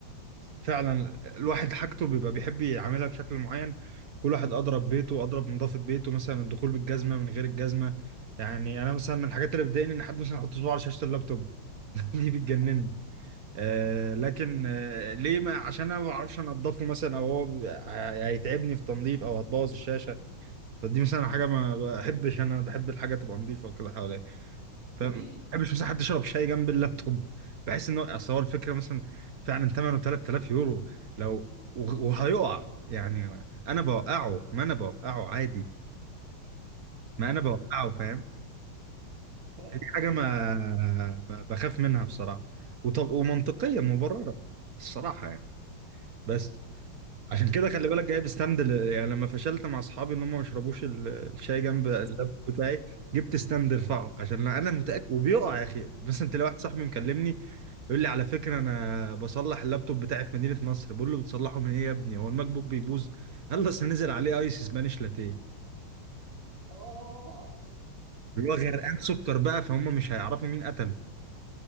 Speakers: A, on the right; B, on the right.
A: فعلا الواحد حاجته بيبقى بيحب يعملها بشكل معين كل واحد أضرب بيته أضرب نظافة بيته مثلا الدخول بالجزمة من غير الجزمة يعني أنا مثلا من الحاجات اللي بتضايقني إن حد مثلا يحط صباعه على شاشة اللابتوب <laughs> دي بتجنني
B: أهو،
A: آه لكن آه ليه ما عشان أنا ما بعرفش أنضفه مثلا أو هو بيبقى- هيتعبني في تنظيف أو هتبوظ الشاشة فدي مثلا حاجة ما بحبش أنا بحب الحاجة تبقى نظيفة وكده حواليا
B: جميل
A: فاهم ما بحبش مثلا حد يشرب شاي جنب اللابتوب بحس ان هو اصل هو الفكره مثلا فعلا ثمنه 3000 يورو لو وغ- وهيقع يعني انا بوقعه ما انا بوقعه عادي ما انا بوقعه فاهم
B: <laughs>
A: فدي حاجه ما ما بخاف منها بصراحه وطب ومنطقيه مبرره الصراحه يعني بس عشان كده خلي بالك جايب ستاند ل... يعني لما فشلت مع اصحابي ان هم ما يشربوش ال- الشاي جنب اللاب بتاعي جبت ستاند ارفعه عشان انا متاكد وبيقع يا اخي مثلا تلاقي واحد صاحبي مكلمني يقول لي على فكره انا بصلح اللابتوب بتاعي في مدينه نصر بقول له بتصلحه من ايه يا ابني هو الماك بوك بيبوظ قال لي اصل نزل عليه ايس سبانيش لاتيه
B: اه
A: اللي هو غرقان سكر بقى فهم مش هيعرفوا مين قتله